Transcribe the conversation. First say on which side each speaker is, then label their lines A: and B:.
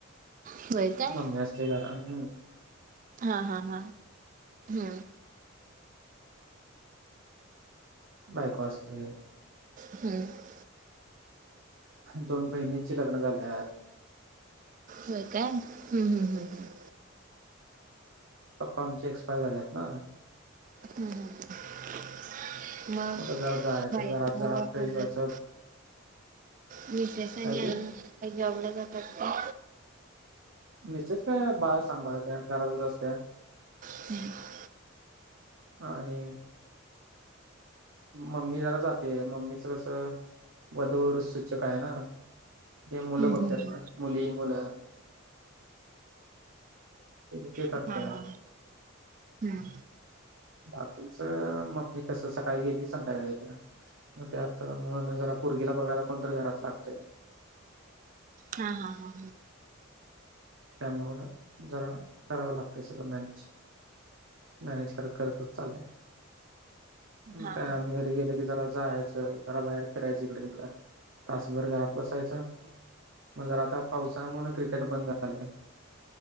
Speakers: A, on the right; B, on the right.
A: होय काय
B: मम्मी असते घरमधी
A: हा हा हा हम्म
B: बायको असत्या
A: हम्म
B: दोन बहिणींची लग्न झाल्यात
A: होय काय हम् हम् हम् हम्
B: पप्पा आमचे एक्सपायर झालेत ना
A: ह ह ह होय
B: मग जरा जायचं
A: बायको
B: घरात जरा
A: आहे
B: फ्रेश
A: म्हणले
B: व्हायचं
A: त मिसेस आणि
B: काय
A: आई
B: ते
A: काही जॉबला जातात का
B: मिसेस काय बाळ सांभाळत्या घरातच असत्या
A: ह
B: आणि मम्मी जरा जाते मम्मीच कस वधूवर सूचक आहे ना कोन मुलं
A: हम्म
B: बघतात
A: हम्म
B: मुली मुलं त हे ते करतात
A: हम्म. हा हा हम्म
B: बाकीच मग ते कस स काळी गेली की संध्याकाळी येत्या मग त्यात मग जरा पुरगीला बघायला कोण तर घरात लागतय
A: हा हा हा हा
B: त्यामुळं जरा करावं लागतंय सगळं मॅनेज मॅनेज करत करतच चाललय
A: हा
B: म काय
A: हा
B: आम्ही घर री गेलं की जरा जायचं जरा बाहेर फिरायचं इकडं तिकडं तासभर घरात बसायचं मग जरा आता पावसाळा म्हणून क्रिकेट बंद झालय